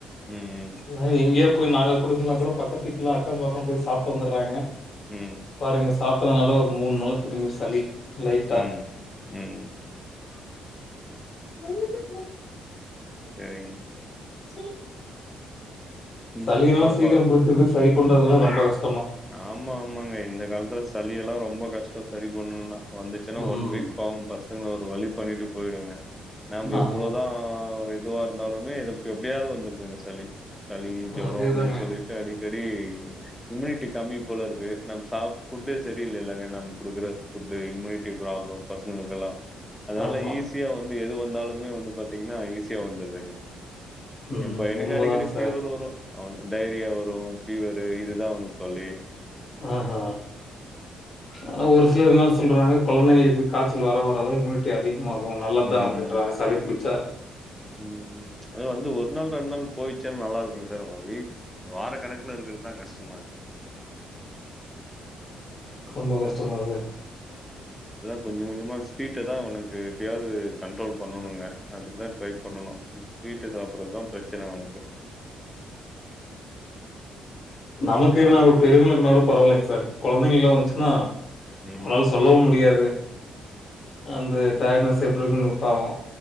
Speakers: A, in the centre; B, on the left.
A: ம்.
B: நா எங்கயா போய் நாங்க குடுக்கலான்னா கூட பக்கத்து வீட்ல அக்கம் பக்கம் போய் சாப்ட்டு வந்துர்றாங்க
A: ம்
B: பாருங்க சாப்டதுனால ஒரு மூணு நாள திரும்பி சளி லைட்டா
A: ம். ம்.
B: உங்ககிட்ட தா
A: செரிங்க
B: சேரி
A: ம்.
B: சளி என்னன்னா
A: பாப்பா
B: சீக்கிரோ பிடிச்சிருது சரி பண்றதுதா ரொம்ப கஷ்
A: ஆமா ஆமாங்க இந்த காலத்துல சளி எல்லா ரொம்ப கஷ்டோ சரி பண்ணணுன்னா வந்துச்சுன்னா
B: ம்
A: ஒன் வீக் பாவோ பசங்கள ஒரு வழி பண்ணிட்டு போயிடுங்க நாம
B: ஆமா
A: எவ்வளோதா இதுவா இருந்தாலுமே இது எப் எப்டியாது வந்துருதுங்க சளி சளி ஜூரோ
B: அதேதாங்க
A: அப்டின்னு சொல்லிட்டு அடிக்கடி இம்முனிட்டி கம்மி போல இருக்கு நம் சாப் ஃபுட்டே சரியில்லேலங்க நம்ம குடுக்குற ஃபுட்டு இம்முனிட்டி ப்ராப்ளம் பிளஸ் உங்களுக்கெல்லா அதனால
B: ஆமா
A: ஈஸியா வந்து எது வந்தாலுமே வந்து பாத்தீங்கன்னா ஈஸியா வந்துருதுங்க
B: ம்
A: ஏ பையனுக்கு
B: உண்மதா
A: அடிக்கடி ஃபீவர்
B: சார்
A: வரு அவனுக்கு டயேரியா வரு ஃபீவரு இதுதா அவனுக்கு தொல்லயே
B: ஆஹ ஆனா ஒரு சிலர் என்ன சொல்றாங்க கொழந்தைங்களுக்கு காய்ச்சல் வர வரதா இம்முனிட் டி அதிகமாகு நல்லது
A: ம்
B: தா அப்டின்றாங்க சளிபிடிச்சா
A: ம் அது வந்து ஒரு நாள் ரெண்டு நாள் போயி சின்னா நல்லா இருக்குங்க சார் ஆனா வீக் வாரக்கணக்குல இருக்குறதுதா கஷ்டமா இருக்கு
B: ரொம்ப கஷ்டந்தா சார்
A: அதா கொஞ்சோ கொஞ்சமா ஸ்வீட்ட தா அவனுக்கு எப்டியாவது கண்ட்ரோல் பண்ணணுங்க அதுக்குதா ட்ரை பண்ணனு ஸ்வீட்டு சாப்டுறதுதா பிரச்சன அவனுக்கு
B: நமக்கு
A: நாங்க
B: என்ன ஒரு பெரியவங்களுக்குனா கூட பரவாயில்லைங்க சார் கொழந்தைங்களுக்குல்லா வந்துச்சுன்னா
A: ம்
B: அவங்களால சொல்லவு முடியாது அந்த டயர்ட்னஸ் எப்டி இருக்குன்னு பாவோ